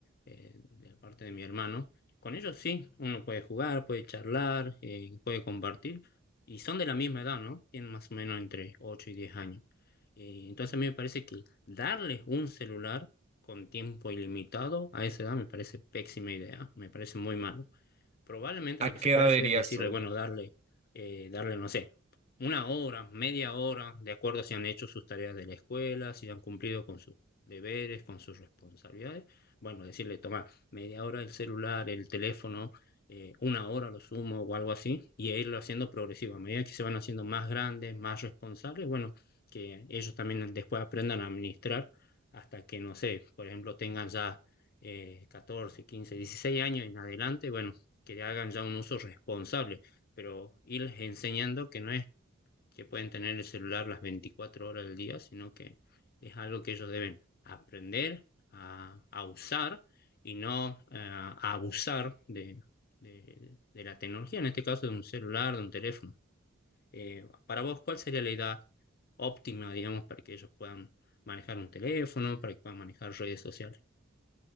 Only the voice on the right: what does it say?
¿A
qué
edad
dirías
tú?